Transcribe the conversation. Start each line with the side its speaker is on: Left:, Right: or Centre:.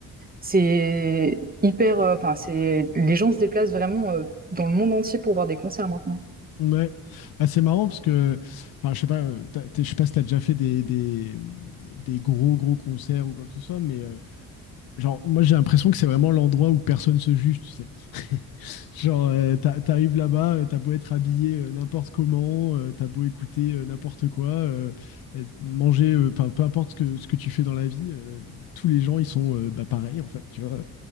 Right: c'est hyper euh, enfin c'est les gens se déplacent vraiment euh, dans le monde entier pour voir des concerts maintenant.
Left: Ouais, bah, c'est marrant parce que, enfin, je sais pas, euh, t'as- t'es- je sais pas si t'as déjà fait des, des, des gros gros concerts ou quoi que ce soit, mais euh, genre, moi j'ai l'impression que c'est vraiment l'endroit où personne se juge, tu sais. <laughs> Genre, euh, t'a- t'arrives là-bas, euh, t'as beau être habillé euh, n'importe comment, euh, t'as beau écouter euh, n'importe quoi, euh, et manger, euh, enfin, peu importe ce que, ce que tu fais dans la vie, euh, tous les gens ils sont euh, bah, pareils en fait, tu vois.